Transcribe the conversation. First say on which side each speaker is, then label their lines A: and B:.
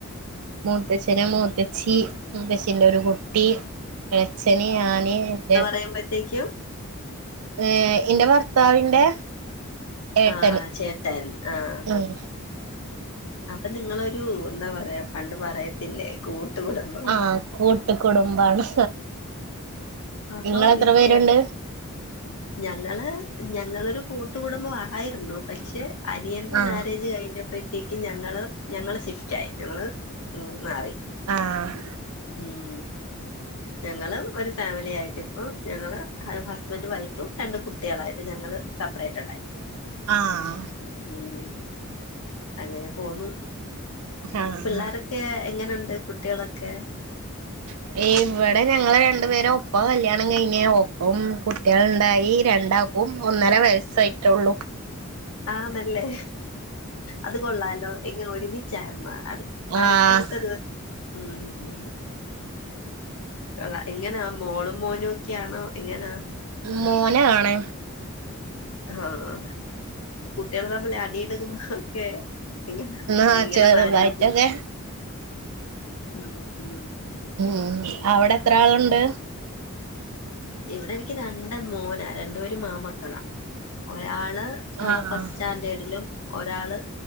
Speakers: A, on the right (about 85°); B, on the left (about 80°).
A: മൂത്തച്ഛനും മൂ ത്തച്ചി മുത്തച്ചീന്റെ ഒരു കുട്ടി അച്ഛന് ഞാന് എൻ്റെ
B: പറയുമ്പഴത്തേക്കും
A: ഏഹ് ഇന്റെ ഭർത്താവിന്റെ ഏട്ടന്
B: ആഹ് ചേട്ടൻ ആഹ്
A: ഉം
B: അപ്പൊ നിങ്ങളൊരു എന്താ പറയാ പണ്ട് പറയ ത്തില്ലേ കൂട്ട് കുടുംബം
A: ആഹ് കൂട്ട് കുടുംബാണ്
B: അപ്പം
A: നിങ്ങളെത്ര
B: ഈ
A: പേരുണ്ട്
B: ചേ ഞങ്ങള് ഞങ്ങളൊരു കൂട്ടുകുടുംബം ആയിരുന്നു പക്ഷെ അനിയന്റെ
A: ആഹ്
B: മാരേജ് കഴിഞ്ഞപ്പോഴ്ത്തേക്കും ഞങ്ങള് ഞങ്ങള് ഷിഫ്റ്റായി ഞങ്ങള് മാറി.
A: ആഹ്
B: ഉം ഞങ്ങള് ഒരു ഫാമിലി ആയിട്ട് ഇപ്പം ഞങ്ങള് ഹ ഹസ്ബൻഡ് വൈഫ് ട്ടു രണ്ട് കുട്ടികളായിട്ട് ഞങ്ങള് സപ്പറേറ്റഡായി.
A: ആഹ്
B: ഉം. അങ്ങനെ പോന്നു
A: ആഹ്
B: പിള്ളാരൊ ക്കേ എങ്ങനെണ്ട് കുട്ട്യോളൊക്കെ?
A: <inaudible> ഏഹ് ഇവടെ ഞങ്ങള് രണ്ടുപേരും ഒപ്പം കല്യാണം കഴിഞ്ഞ് ഒ ഓം കുട്ട്യാളിണ്ടായി രണ്ടാ ക്കും ഒന്നര വയസ്സായിട്ടെള്ളൂ.
B: ആന്നല്ലെ അത് കൊള്ളാലോ എങ്ങെ ഒരുമിച്ചാവുമ്മ അട്
A: ആഹ്
B: അടുത്തടുത്ത ദിവ ഉം ഉം കൊള്ള എങ്ങനാ മോളും മോനും ഒക്കെയാണോ എങ്ങനാ?
A: മോനാണ്‌
B: ആഹ് കുട്ടികള് തമ്മില് അടി ഇടുകുന്നതൊക്കെ എങ്ങനാ
A: ആഹ്
B: എങ്ങനെ
A: ചെറുതായിട്ടൊക്കെ
B: മാനേജെയ്യും ഉം ഉം
A: ഉം. അവടെത്രാളുണ്ട്
B: ഇവിടെ എനിക്ക് രണ്ട് മോനാ ര ണ്ടുപേരും മാമക്കളാ ഒരാള് അഹ്
A: ആഹ്
B: ഫസ്റ്റാന്റേർഡിലും ഒരാള്